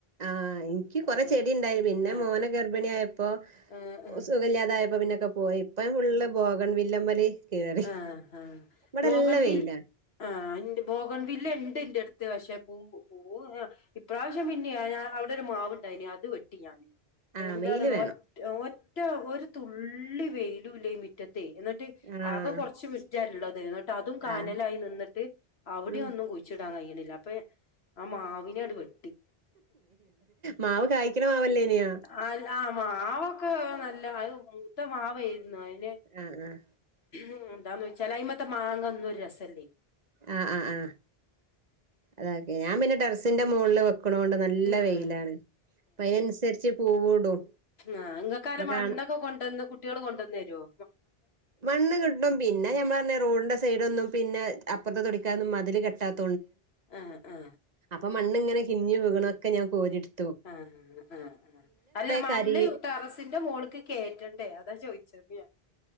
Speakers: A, on the right; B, on the left.
A: ആ എനിക്ക് കൊറെ
B: ആഹ്
A: ചെടി ഉണ്ടായിരുന്നു പിന്നെ
B: ആഹ്
A: മോനെ ഗർഭിണിയായ ഇപ്പൊ
B: ആഹ് ആഹ്
A: സുഖില്ലാതായപ്പോ പിന്നൊക്കെ പോയിപ്പ ഫള്ള്
B: ആഹ്
A: ബോഗൺ വില്ലമ്മലെ കേറി
B: ആഹ് ആഹ്
A: ഇമ്മടെ
B: ബോഗൺവിൽ
A: എല്ലാം വെയില
B: ആഹ് ഇന്റെ ബോഗൺ വില്ല ഇണ്ട് ഇന്റെടുത്ത് ത്ത് പക്ഷെ പൂം പൂ ഇപ്രാവശ്യം പിന്നെയ ഞാൻ അവിടെ ഒരു മാവുണ്ടായിനി അത് വെട്ടി ഞാന്
A: ആഹ്
B: എന്താണ്ന്നൊ
A: വെയില് വേണം
B: ഒറ്റ് ഒറ്റ ഒരു തുള്ളി വെയിലുല്ല മീറ്റ എന്നിട്ട്
A: ആഹ്
B: ആകെ കുറച്ച് മിറ്റള്ളത് എന്നിട്ട് അതും കാനലായി
A: ആഹ്
B: നിന്നിട്ട് അവിടെ
A: ഉം
B: ഒന്നും കുയിച്ചിടാൻ കയ്യണില്ല അപ്പൊ ആ മാവിനെ അട് ഇഹ്
A: മാവ് കായ്ക്കണ മാവല്ലേനിയോ
B: ആൽ അ മാവൊക്കെ നല്ല അത് മൂത്ത മാവ ആയിരുന്നു അതിന്
A: ആഹ് ആഹ്
B: ഉ എന്താന്ന് വെച്ചാല് അയി മത്തെ മാങ്ങ ഒന്നും ഒരു രസമല്ലേ
A: ആ ആ ആ അതക്കെ ഞാൻ പിന്നെ ടെറസിന്റെ മുളില് വെക്കും കൊണ്ട് നല്ല വെയിലാണ്
B: ആഹ്
A: അപ്പ അതിനനുസരിച്ച് പൂവൂടും
B: ആ നിങ്ങൾക്കാര്
A: അപ്പൊ
B: മണ്ണൊക്കെ
A: കാണ
B: കൊണ്ടുവന്ന് കുട്ടിയള് കൊണ്ടന്നു തരുവോ
A: മണ്ണ് കിട്ടും പിന്നെ ഞമ്മള് പറഞ്ഞ റോഡിന്റെ സൈഡോന് പിന്നെ അപ്പുറത്തെ തൊടിക്കാനൊന്നും മതില് കെട്ടാത്ത
B: ആ ആ
A: അപ്പോ മണ്ണിങ്ങനെ കിഞ്ഞ് വിണൊക്കെ ഞാ കോരിടു
B: ആ ആ ആ് അല്ല മണ്ണ്
A: കരി
B: ടെറസിന്റെ മോൾക്ക് കേയറ്റണ്ടേ അതാ ചോദിച്ചത് ഞാൻ